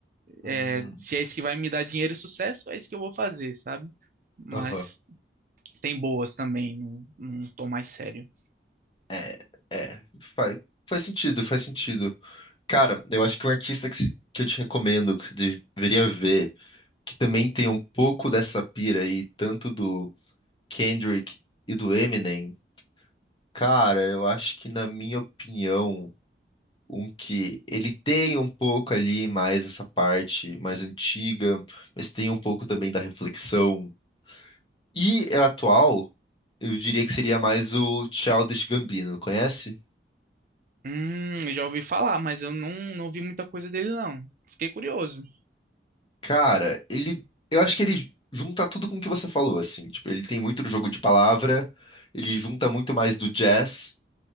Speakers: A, on the left; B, on the right.
A: Hum,
B: é, se é isso que vai me dar dinheiro e sucesso, é isso que eu vou fazer, sabe? Mas
A: aham.
B: tem boas também, não, não tô mais sério.
A: É, é. Faz, faz sentido, faz sentido. Cara, eu acho que um artista que, se- que eu te recomendo, que você deveria ver, que também tem um pouco dessa pira aí, tanto do Kendrick e do Eminem, cara, eu acho que, na minha opinião, um que ele tem um pouco ali mais essa parte mais antiga, mas tem um pouco também da reflexão. E é atual, eu diria que seria mais o Childish Gambino, conhece?
B: Hum, eu já ouvi falar, mas eu não, não vi muita coisa dele, não. Fiquei curioso.
A: Cara, ele. Eu acho que ele junta tudo com o que você falou, assim. Tipo, ele tem muito do jogo de palavra, ele junta muito mais do jazz,